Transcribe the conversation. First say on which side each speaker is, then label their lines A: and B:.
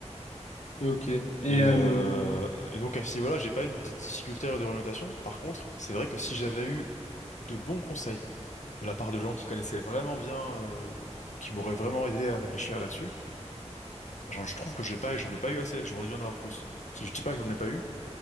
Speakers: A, on the left; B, on the left.
A: Ok. Et
B: Et,
A: euh,
B: euh, et donc à ce niveau-là, j'ai pas eu de difficultés d'orientation. Par contre, c'est vrai que si j'avais eu de bons conseils de la part de gens qui connaissaient vraiment bien, euh, qui m'auraient vraiment aidé à réfléchir là-dessus, genre, je trouve que j'ai pas, j'en ai pas eu assez. J'aurais dû en avoir plus. Si je dis pas que j'en ai pas eu,